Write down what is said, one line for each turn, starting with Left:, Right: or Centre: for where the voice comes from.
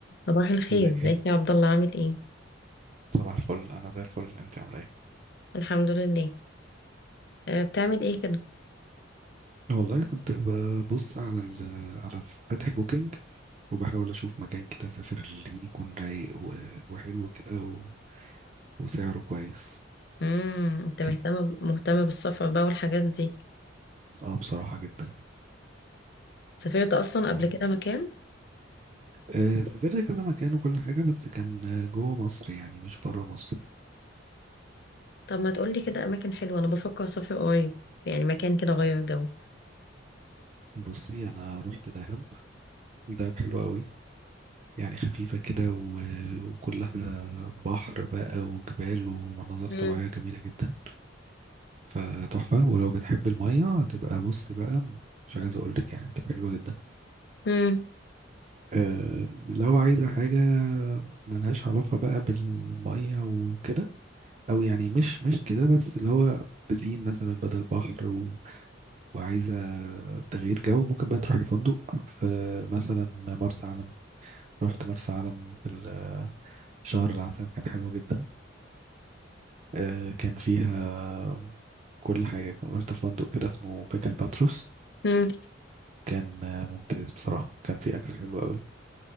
Left: صباح الخير
Right: ازيك
Left: ازيك
Right: يا هبة؟
Left: يا عبد الله عامل ايه
Right: صباح الفل انا زي الفل انت عامله ايه
Left: الحمد لله أه بتعمل ايه كده
Right: والله كنت ببص على ال على فاتح بوكينج وبحاول اشوف مكان كده اسافر اللي يكون رايق و- وحلو كده و- وسعره كويس
Left: امم انت
Right: دي.
Left: مهتم مهتم بالسفر بقى والحاجات دي
Right: اه بصراحة جدا
Left: سافرت اصلا قبل
Right: عن-
Left: كده مكان
Right: آه، سافرت كذا مكان وكل حاجة بس كان آه، جوه مصر يعني مش بره مصر
Left: طب ما تقولي كده اماكن حلوه انا بفكر اسافر قريب يعني مكان كده غير جو
Right: بصي انا رحت دهب دهب حلو قوي يعني خفيفة كده و- وكلها بحر بقى وجبال ومناظر طبيعية
Left: امم
Right: جميلة جدا فتحفة ولو بتحب المية هتبقى بص بقى مش عايز أقولك يعني هتبقى حلوة جدا
Left: امم
Right: أه لو عايزة حاجة ملهاش علاقة بقى بالمية وكده أو يعني مش مش كده بس اللي هو بزين مثلا بدل بحر و... وعايزة تغيير جو ممكن بقى تروحي فندق في مثلا مرسى علم رحت مرسى علم في ال- في شهر العسل كان حلو جدا أه كان فيها كل حاجة كان رحت فندق كده اسمه بيكل باتروس
Left: امم
Right: كان آه، ممتاز بصراحة كان في أكل حلو قوي